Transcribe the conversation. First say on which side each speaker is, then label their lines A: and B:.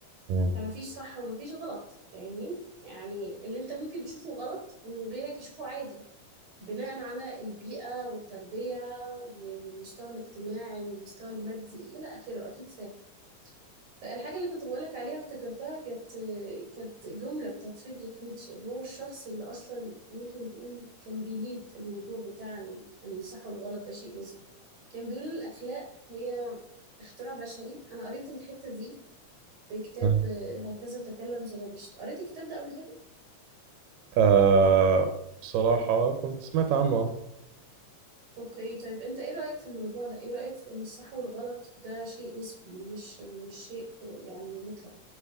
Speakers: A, on the right; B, on the right.
A: مم.
B: فمفيش صح ومفيش غلط فاهمني يعني اللي انت ممكن تشوفه غلط غيرك يشوفه عادي بناء على البيئة والتربية و- والمستوى الاجتماعي والمستوى المادي إلى آخره أكيد فاهم فالحاجة اللي كنت بقولك عليها افتكرتها كانت كانت جملة بتاعت فريدريك نيتشه هو الشخص اللي أصلا ممكن تقول كان بيليد الموضوع بتاع إن الصح والغلط ده شيء نسبي كان بيقول إن الأخلاق هي اختراع بشري أنا قريت الحتة دي زي كتاب
A: مم.
B: آه، هكذا تكلم زرادشت قريت الكتاب ده قبل كده؟
A: آه بصراحة كنت سمعت عنه
B: اوكي طيب انت ايه رأيك في الموضوع ده؟ ايه رأيك في ان الصح والغلط ده شيء نسبي مش مش شيء آه، يعني مطلق؟